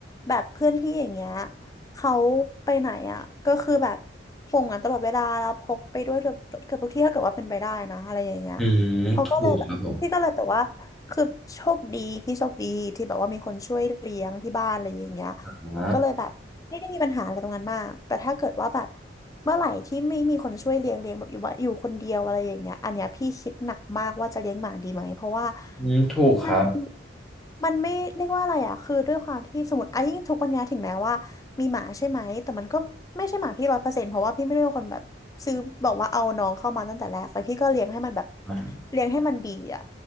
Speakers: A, on the left; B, in the centre.
A: แบบเพื่อนพี่อย่างเงี้ยเขาไปไหนอ่ะก็คือแบบห่วงกันตลอดเวลาแล้วพกไปด้วยเกือบเกือบทุกที่ถ้าเกิดว่าเป็นไปได้นะอะไรอย่างเงี้ย
B: อืมถูกครับผม
A: เขาก็เลยแบบพี่ก็เลยแต่ว่าคือโชคดีพี่โชคดีที่แบบว่ามีคนช่วยเลี้ยงที่บ้านอะไรอย่างเงี้ย
B: อ่า
A: ก็เลยแบบไม่ได้มีปัญหาอะไรตรงนั้นมากแต่ถ้าเกิดว่าแบบเมื่อไหร่ที่ไม่มีคนช่วยเลี้ยงเลี้ยงแบบอยู่ว่าอยู่คนเดียวอะไรอย่างเงี้ยอันเนี้ยพี่คิดหนักมากว่าจะเลี้ยงหมาดีไหมเพราะว่า
B: อืมถูกครับ
A: มันมันไม่เรียกว่าอะไรอ่ะคือด้วยความที่สมมติไอ้ยิ่งทุกวันนี้ถึงแม้ว่ามีหมาใช่ไหมแต่มันก็ไม่ใช่หมาพี่ร้อยเปอร์เซ็นต์เพราะว่าพี่ไม่ได้เป็นคนแบบซื้อบอกว่าเอาน้องเข้ามาตั้งแต่แรกแต่พี่ก็เลี้ยงให้มันแบบ
B: อ่ะ
A: เลี้ยงให้มันดีอ่ะ